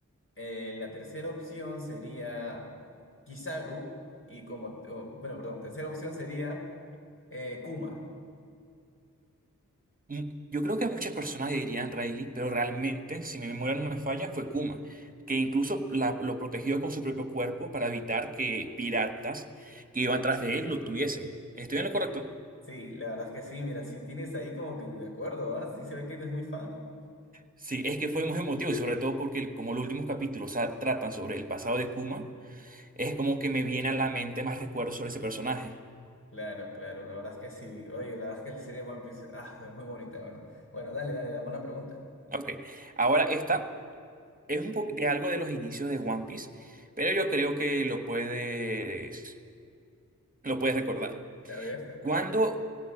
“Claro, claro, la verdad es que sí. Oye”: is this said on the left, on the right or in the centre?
Left